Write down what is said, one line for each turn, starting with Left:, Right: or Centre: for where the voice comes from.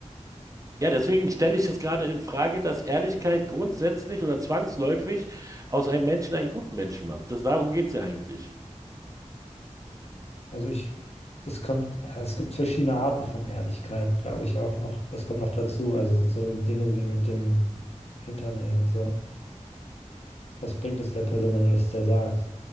Right: Ja, deswegen stelle ich es gerade in Frage, dass Ehrlichkeit grundsätzlich oder zwangsläufig aus einem Menschen einen guten Menschen macht. Das, darum geht es ja eigentlich.
Left: Also ich, es kommt, es gibt verschiedene Arten von Ehrlichkeit, glaube ich auch noch. Das kommt noch dazu. Also so Dinge wie mit dem Hintern eben so. Was bringt es der Person, wenn du das der sagst?